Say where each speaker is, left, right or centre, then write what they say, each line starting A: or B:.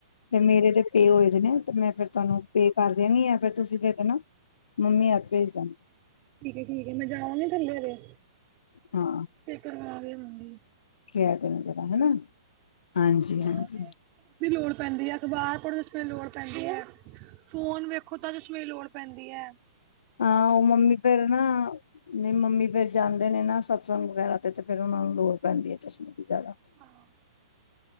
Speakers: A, on the left; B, on the right.
A: ਤੇ ਮੇਰੇ ਤੇ ਪੇ ਹੋਏ ਦੇ ਨੇ ਤੇ ਮੈਂ ਫਿਰ ਤੁਹਾਨੂੰ ਪੇ ਕਰ ਦੇਣੀ ਆ ਫਿਰ ਤੁਸੀਂ ਦੇ ਦੇਣਾ ਮੰਮੀ ਆਪ ਭੇਜ ਦੇਣ
B: ਠੀਕ ਏ ਠੀਕ ਏ ਮੈਂ ਜਾਵਾਂਗੀ ਥੱਲੇ ਹਜੇ
A: ਹਾਂ
B: ਤੇ ਕਰਵਾ ਲਿਆਵਾਂਗੀ।
A: ਕੈ ਦੇਣਾ ਜਰਾ ਹਨਾ। ਹਾਂਜੀ ਹਾਂਜੀ
B: <inaudible> ਲੋੜ ਪੈਂਦੀ ਐ ਅਖ਼ਬਾਰ ਪੜ੍ਹੋ ਓਦੇ 'ਚ ਲੋੜ ਪੈਂਦੀ ਐ। ਫੋਨ ਵੇਖੋ ਤਾਂ ਚਸ਼ਮੇ ਲੋੜ ਪੈਂਦੀ ਐ।
A: ਹਾਂ ਉਹ ਮੰਮੀ ਫਿਰ ਨਾ ਨੀ ਮੰਮੀ ਫਿਰ ਜਾਂਦੇ ਨੇ ਨਾ। ਸਤਸੰਗ ਵਗੈਰਾ ਤੇ ਫੇਰ ਉਹਨਾ ਨੂੰ ਲੋੜ ਪੈਂਦੀ ਐ ਚਸ਼ਮੇ ਦੀ ਜ਼ਿਆਦਾ
B: ਹਾਂ।